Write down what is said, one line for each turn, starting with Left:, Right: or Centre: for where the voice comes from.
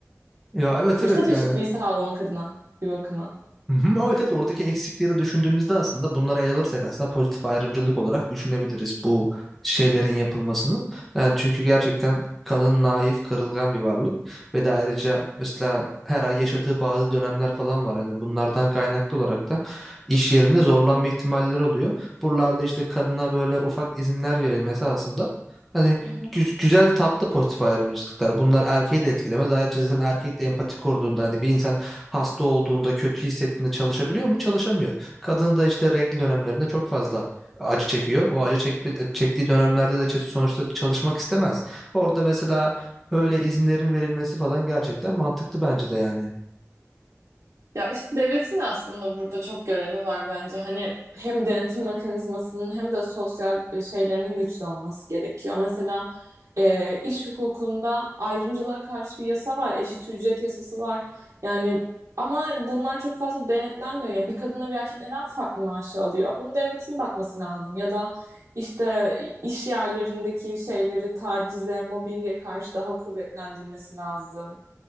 Centre: Ya evet
Right: fırsat
Centre: evet
Right: eşitliği
Centre: yani
Right: sağlamak adına bir bakıma.
Centre: Hı hı, Ama evet evet, oradaki eksikleri düşündüğümüzde aslında bunları ele alırsak aslında pozitif ayrımcılık olarak düşünebiliriz bu şeylerin yapılmasını. Yani çünkü gerçekten kadın naif, kırılgan bir varlık ve de ayrıca mesela her ay yaşadığı bazı dönemler falan var. Hani bunlardan kaynaklı olarak da iş yerinde zorlanma ihtimalleri oluyor. Buralarda işte kadına böyle ufak izinler verilmesi aslında hani
Right: Hı hı.
Centre: güz- güzel tatlı pozitif ayrımcılıklar. Bunlar erkeği de etkilemez. Ayrıca zaten erkek de empati kurduğunda hani bir insan hasta olduğunda, kötü hissettiğinde çalışabiliyor mu? Çalışamıyor. Kadın da işte regl dönemlerinde çok fazla acı çekiyor. O acı çekme- çektiği dönemlerde de çe- sonuçta çalışmak istemez. Orada mesela böyle izinlerin verilmesi falan gerçekten mantıklı bence de yani.
Right: Ya işte devletin de aslında burada çok görevi var bence. Hani hem denetim mekanizmasının hem de sosyal e, şeylerinin güçlü olması gerekiyor. Mesela e, iş hukukunda ayrımcılığa karşı bir yasa var, eşit ücret yasası var. Yani ama bunlar çok fazla denetlenmiyor. Yani bir kadınla bir erkek neden farklı maaşı alıyor? Bunun devletin bakması lazım. Ya da işte iş yerlerindeki şeyleri tacize, mobbinge karşı daha kuvvetlendirmesi lazım.